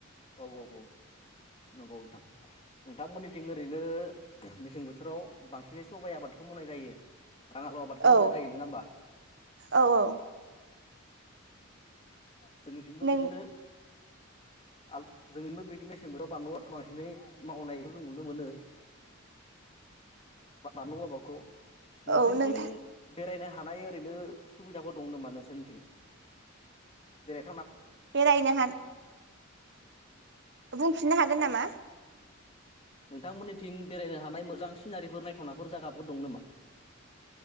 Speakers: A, on the left; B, on the right.
A: औ औ औ नंगौ नोंथां नोंथांमोननिथिं ओरैनो मेसें बोथोराव बांसिनै सबाइ आबादखौ मावनाय जायो? राङालाव आबादखौ
B: औ
A: मावनाय जायो नङा होमबा?
B: औ औ
A: जोंनिथिंबो
B: नों
A: बिदिनो आल जोंथिंबो बिदिनो मेसें बोथोराव बानलु आबादखौ बांसिनै मावनाय खौ जों नुनो मोनो बा-बानलु आबादखौ। नोंसिनिथिं
B: औ नोंथां
A: बेरायनो हानाय ओरैनो सुबिदाफोर दं नोमा नोंसोरनिथिं? बेेराय
B: बेरायनो हान
A: <inaudible>
B: बुंफिननो हागोन नामा
A: नोंथांमोननिथिं बेरायनो हानाय मोजां सिनारिफोर नायथावनाफोर जायगाफोर दं नामा?